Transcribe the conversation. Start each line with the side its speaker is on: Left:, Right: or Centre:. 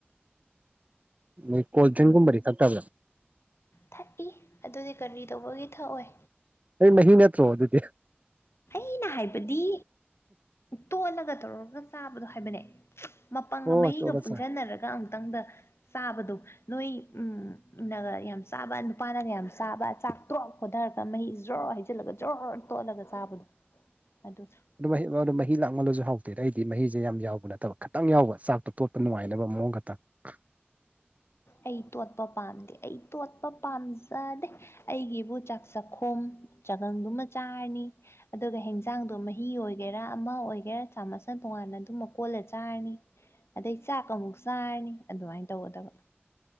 Right: ꯃꯣꯏ ꯀꯣꯜ
Left: ꯑꯩ
Right: ꯗ꯭ꯔꯤꯛꯀꯨꯝꯕꯗꯤ ꯈꯛꯇꯕ꯭ꯔꯥ
Left: ꯊꯛꯏ ꯑꯗꯨꯗꯤ ꯀꯔꯤ ꯇꯧꯕꯒꯤ ꯊꯛꯑꯣꯏ
Right: ꯑꯩ ꯃꯍꯤ ꯅꯠꯇ꯭ꯔꯣ ꯑꯗꯨꯗꯤ
Left: ꯃꯤꯅ ꯍꯥꯏꯕꯗꯤ ꯇꯣꯠꯂꯒ ꯇꯧꯔꯒ ꯆꯥꯕꯗꯣ ꯍꯥꯏꯕꯅꯦ ꯃꯄꯪꯒ
Right: ꯑꯣ
Left: ꯃꯍꯤꯒ
Right: ꯇꯣꯠꯂ
Left: ꯄꯨꯟꯖꯟꯅꯔꯒ
Right: ꯆꯥꯏ
Left: ꯑꯃꯨꯛꯇꯪꯗ ꯆꯥꯕꯗꯣ ꯅꯣꯏ ꯎꯝ ꯅꯒ ꯌꯥꯝ ꯆꯥꯕ ꯅꯨꯄꯥꯅꯒ ꯌꯥꯝ ꯆꯥꯕ ꯆꯥꯛꯇ꯭ꯔꯣ ꯈ‌ꯣꯗꯥꯔꯒ ꯃꯍꯤ ꯖꯔ‌ꯣ ꯍꯩꯖꯤꯜꯂꯒ ꯖꯣꯔ ꯇꯣꯠꯂꯒ ꯆꯥꯕꯗꯣ ꯑꯗꯨꯗ‌ꯣ
Right: ꯑꯗꯨ ꯃꯍꯤ ꯑ ꯃꯍꯤ ꯂꯥꯡꯃꯜꯂꯖꯨ ꯍꯥꯎꯇꯦꯗ ꯑꯩꯗꯤ ꯃꯍꯤꯖ‌ꯦ ꯌꯥꯝ ꯌꯥꯎꯕ ꯅꯠꯇꯕ ꯈꯤꯇꯪ ꯌꯥꯎꯕ ꯆꯥꯛꯇꯣ ꯇꯣꯠꯄ ꯅꯨꯡꯉꯥꯏꯅꯕ ꯃꯑꯣꯡ ꯈꯛꯇ <unintelligible>
Left: ꯑꯩ ꯇꯣꯠꯄ ꯄꯥꯝꯗꯦ ꯑꯩ ꯇꯣꯠꯄ ꯄꯥꯝꯖꯗꯦ ꯑꯩꯒꯤꯕꯨ ꯆꯥꯛ ꯆꯥꯛꯈꯣꯝ ꯆꯒꯪꯗꯨꯃ ꯆꯥꯔꯅꯤ ꯑꯗꯨꯒ ꯍ‌ꯦꯟꯖꯥꯡꯗꯣ ꯃꯍꯤ ꯑꯣꯏꯒꯦꯔꯥ ꯑꯃ ꯑꯣꯏꯒꯦꯔꯥ ꯆꯥꯃꯁꯅ ꯇꯣꯡꯉꯥꯟꯅ ꯑꯗꯨꯝ ꯃꯀꯣꯜꯂ ꯆꯥꯔꯅꯤ ꯑꯗꯩ ꯆꯥꯛ ꯑꯃꯨꯛ ꯆꯥꯔꯅꯤ ꯑꯗꯨꯃꯥꯏꯟ ꯇꯧꯒꯗꯕ